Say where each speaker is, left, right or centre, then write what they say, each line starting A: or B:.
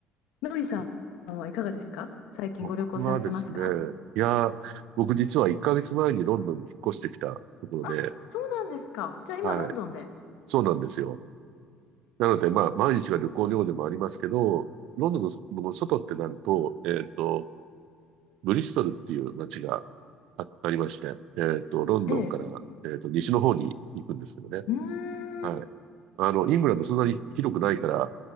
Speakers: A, on the left; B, on the right.
A: のりさんはいかがですか最近ご旅行されてますか
B: そう僕はですね、いやー、僕実は1ヶ月前にロンドンに引っ越してきたところで、
A: あ、そうなんですか。じゃあ今、
B: はい。
A: ロンドンで。
B: そうなんですよ。なので、まあ、毎日が旅行のようでもありますけど、ロンドンのその外ってなると、えっと、ブリストルっていう街があ、ありまして、えっと、ロンドンから、
A: ええ。
B: えっと、西の方に行くんですけどね。
A: うーん。
B: はい。あの、イングランドそんなに広くないから、